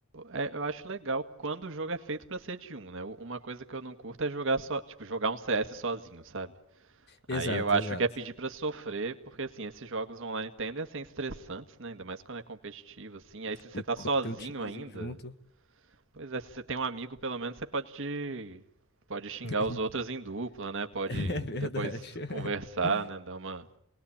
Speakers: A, on the right; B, on the left.
A: É, eu acho legal quando o jogo é feito pra ser de um, né? U- Uma coisa que eu não curto é jogar só, tipo, jogar um CS sozinho, sabe? Aí
B: Exato,
A: eu acho
B: exato.
A: que é pedir pra sofrer, porque assim, esses jogos online tendem a ser estressantes, né? Ainda mais quando é competitivo, assim. Aí se você
B: E
A: tá
B: quando
A: sozinho
B: tem um timezinho
A: ainda,
B: junto.
A: pois é, se você tem um amigo, pelo menos você pode te... pode xingar
B: <laughs>
A: os outros em dupla, né? Pode
B: É verdade.
A: depois conversar,
B: <laughs>
A: né? Dar uma